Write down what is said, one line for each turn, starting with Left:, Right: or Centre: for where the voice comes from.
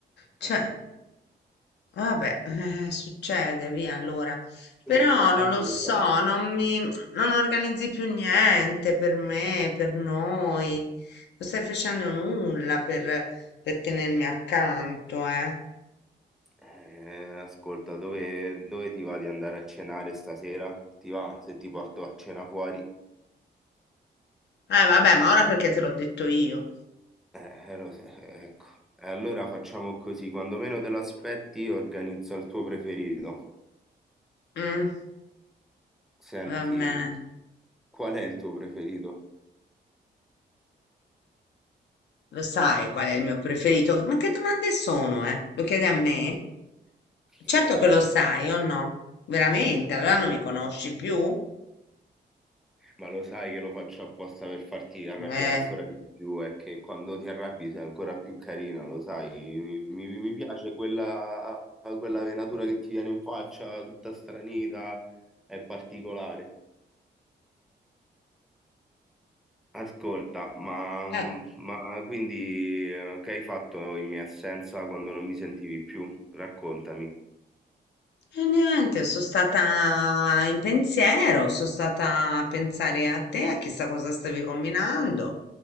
Left: Cioè.
Centre: Eh,
Left: Vabbè, eh, succede, via allora.
Centre: tu
Left: Però
Centre: nel frattempo
Left: non lo
Centre: che
Left: so,
Centre: hai fatto?
Left: non mi, non organizzi più niente per me, per noi. Non stai facendo nulla per, per tenermi accanto, eh.
Centre: Eh, ascolta, dove, dove ti va di andare a cenare stasera? Ti va se ti porto a cena fuori?
Left: Eh, vabbè, ma ora perché te l'ho detto io?
Centre: Eh, lo so, eh, ecco. E allora facciamo così, quando meno te lo aspetti, organizzo il tuo preferito.
Left: Mm,
Centre: Senti,
Left: va bene.
Centre: qual è il tuo preferito?
Left: Lo sai qual è il mio preferito? Ma che domande sono, eh? Lo chiedi a me? Certo
Centre: Eh, Volevo
Left: che lo
Centre: soltanto...
Left: sai, o no? Veramente? Allora non mi conosci più?
Centre: Ma lo sai che lo faccio apposta per farti arrabbiare
Left: Eh.
Centre: ancora di più e che quando ti arrabbi sei ancora più carina, lo sai. Mi, mi- mi piace quella, quella venatura che ti viene in faccia, tutta stranita, è particolare. Ascolta, ma,
Left: <laughs>
Centre: ma quindi eh, che hai fatto in mia assenza quando non mi sentivi più? Raccontami.
Left: E niente, sono stata in pensiero, sono stata a pensare a te, a chissà cosa stavi combinando.